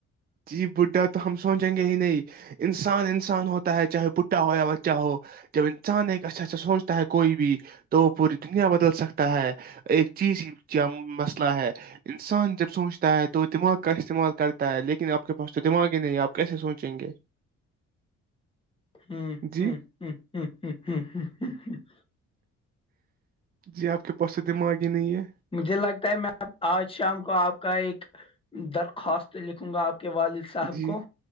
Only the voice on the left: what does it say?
ہ
ہ ہ
مجھے لگتا ہے میں آج شام کو آپ کا ایک درخواست لکھوں گا آپ کے والد سے صاحب
کو